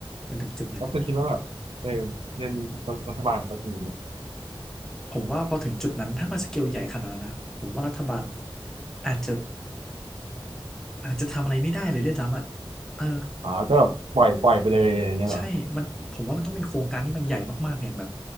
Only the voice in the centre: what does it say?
จนถึงจุดนั้นอะ
ผมว่าพอถึงจุดนั้นถ้ามันสเกลใหญ่ขนาดนั้นนะผมว่ารัฐบาลอาจจะอาจจะทำอะไรไม่ได้เลยด้วยซ้ำอะเออ
ใช่มันผมว่ามันต้องเป็นโครงการที่มันใหญ่มากๆอย่างแบบ